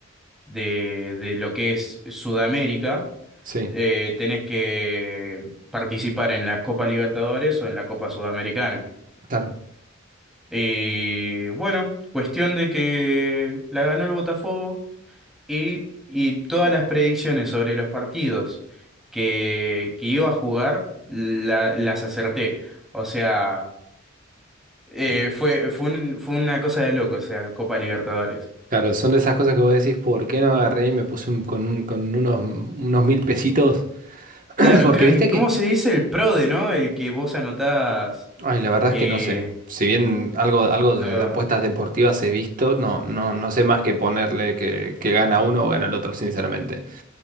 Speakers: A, in the centre; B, on the right.
A: de, de lo que es Sudamérica,
B: Sí,
A: eh, tenés que participar en la Copa Libertadores o en la Copa Sudamericana.
B: claro.
A: Y bueno, cuestión de que la ganó el Botafogo y, y todas las predicciones sobre los partidos que, que iba a jugar la- las acerté. O sea, eh, fue, fue, un- fue una cosa de loco, o sea, Copa Libertadores.
B: Claro, son de esas cosas que vos decís, ¿por qué no agarré y me puse un- con, un- con unos, unos mil pesitos? <clears throat>
A: Claro,
B: Porque
A: creo,
B: viste
A: eh, ¿cómo
B: que
A: se dice el PRODE, no? El que vos anotás.
B: Ay, la verdad
A: eh,
B: es que no sé. Si bien algo, algo
A: lo-
B: de apuestas deportivas he visto, no, no, no sé más que ponerle que, que gana uno o gana el otro, sinceramente.